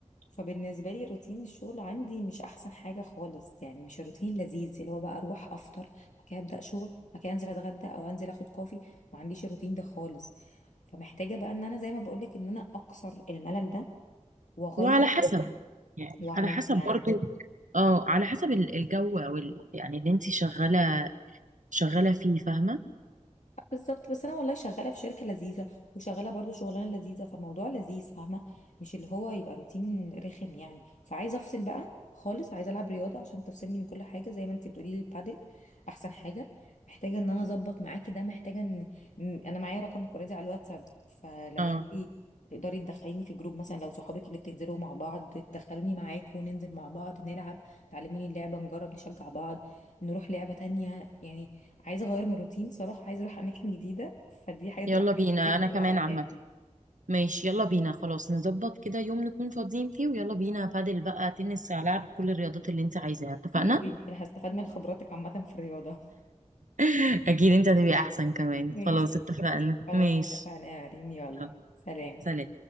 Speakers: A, on the left; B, on the right.
A: فبالنسبة لي روتين الشغل عندي مش أحسن حاجة خالص يعني مش روتين لذيذ اللي هو بقى أروح أفطر بعد كده أبدأ شغل بعد كده أنزل أتغدى أو أنزل أخد كوفي ما عنديش الروتين ده خالص فمحتاجة بقى إن أنا زي ما بقولك إن أنا أكسر الملل ده وأغير
B: وعلى حسب يعني
A: وأعمل
B: على حسب
A: بلان
B: برضو اه على حسب ال- الجو او ال- يعني اللي انتي شغالة شغالة فيه فاهمة
A: بالظبط بس انا والله شغاله في شركه لذيذه وشغاله برضو شغلانه لذيذه فالموضوع لذيذ فاهمه مش اللي هو يبقى روتين رخم يعني فعايزه افصل بقى خالص عايزه العب رياضه عشان تفصلني من كل حاجه زي ما انت بتقولي لي البادل احسن حاجه محتاجه ان انا اظبط معاكي ده محتاجه ان إن- انا معايا رقمك اوريدي على الواتساب فلو
B: اه
A: انت تقدري تدخليني في جروب مثلا لو صحابك اللي بتنزلوا مع بعض تدخلوني معاكم وننزل مع بعض نلعب تعلموني اللعبه نجرب نشجع بعض نروح لعبه تانية يعني عايزه اغير من الروتين صراحه عايزه اروح اماكن جديده فدي حاجه تبقى
B: يلا بينا
A: حاجه جديدة
B: انا
A: جدا
B: كمان
A: لو عملناها
B: عامة ماشي يلا بينا خلاص نظبط كده يوم نكون فاضيين فيه ويلا بينا بادل بقى تنس هلعب كل الرياضات اللي انت عايزاها اتفقنا
A: حلو جدا هستفاد من خبراتك عامه في الرياضه <laughs>
B: <laughs> اكيد انت هتبقى احسن كمان
A: ماشي
B: خلاص اتفقنا
A: خلاص
B: ماشي
A: اتفقنا يا مريم يلا
B: يلا
A: سلام
B: سلام